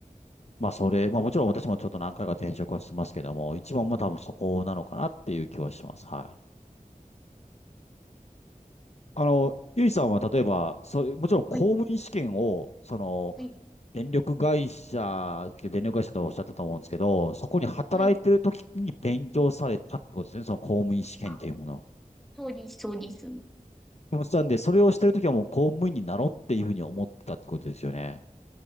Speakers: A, on the left; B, in the centre.
A: まあそれ、まあもちろん私もちょっと何回か転職はしてますけども、一番は多分そこなのかなっていう気はします。はい。あの、ゆいさんは例えば、それ、もちろん公務員試験を、
B: はい、
A: その、
B: はい、
A: 電力会社、電力会社とおっしゃったと思うんですけど、そこに働いてる時に勉強されたってことですね、
B: はい。
A: その公務員試験っていうもの。
B: あ、そうです、そうです。
A: でもしたんで、それをしてる時はもう公務員になろうっていうふうに思ってたってことですよね。